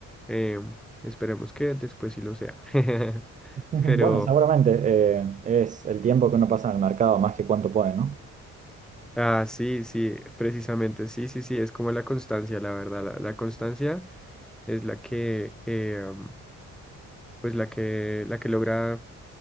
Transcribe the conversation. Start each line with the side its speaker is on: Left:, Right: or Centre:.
Centre: Eh, esperemos que después sí lo sea. <laughs>
Right: <laughs> Ujú.
Centre: Pero,
Right: Bueno, seguramente eh, es el tiempo que uno pasa en el mercado más que cuánto pone, ¿no?
Centre: ah, sí, sí, precisamente, sí, sí, sí, es como la constancia, la verdad. La, la constancia es la que, eh, am, pues la que, la que logra